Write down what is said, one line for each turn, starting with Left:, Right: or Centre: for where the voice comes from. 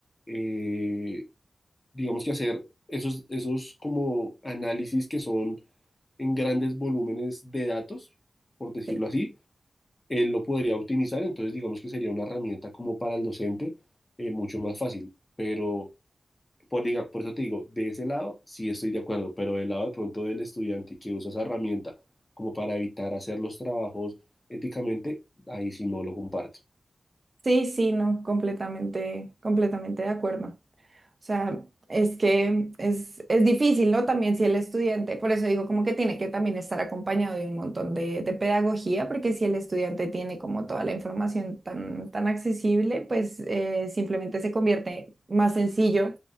Left: eh, digamos que hacer esos, esos como análisis que son en grandes volúmenes de datos, por decirlo
Right: Sí,
Left: así, él lo podría optimizar, entonces digamos que sería una herramienta como para el docente eh, mucho más fácil, pero por, diga- por eso te digo, de ese lado sí estoy de acuerdo, pero del lado de pronto del estudiante que usa esa herramienta como para evitar hacer los trabajos éticamente, ahí sí no lo comparto.
Right: sí, sí, no, completamente, completamente de acuerdo. O sea, es que es, es difícil, ¿no? También si el estudiante, por eso digo como que tiene que también estar acompañado de un montón de, de pedagogía, porque si el estudiante tiene como toda la información tan, tan accesible, pues eh, simplemente se convierte más sencillo